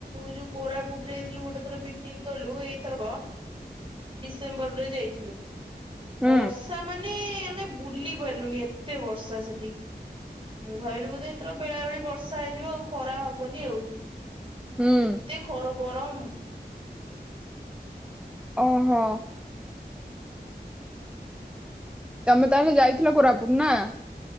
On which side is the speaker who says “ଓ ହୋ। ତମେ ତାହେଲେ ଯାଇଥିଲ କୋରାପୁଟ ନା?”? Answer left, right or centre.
Centre